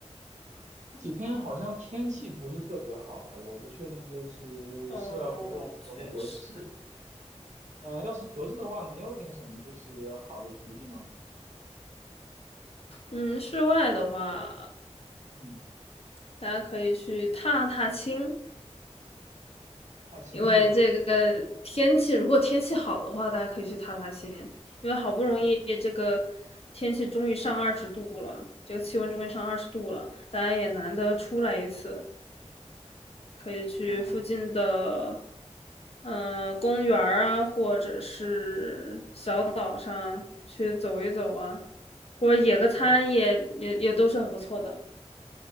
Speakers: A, on the right; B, on the left.
A: 这几天好像天气不是特别好啊，我不确定就是室外活动合不合适。
B: 哦，确实，
A: 呃，要是合适的话，你有点什么就是好的主意吗？
B: 嗯，室外的话，
A: 嗯，
B: 大家可以去踏踏青。
A: 踏青是吧？
B: 因为这个天气，如果天气好的话，大家可以去踏踏青，因为好不容易这个天气终于上二十度了，这个气温终于上二十度了，大家也难得出来一次，可以去附近的
A: 哦，
B: 呃公园儿啊，或者是小岛上去走一走啊，或者野个餐也也也都是很不错的，
A: 有。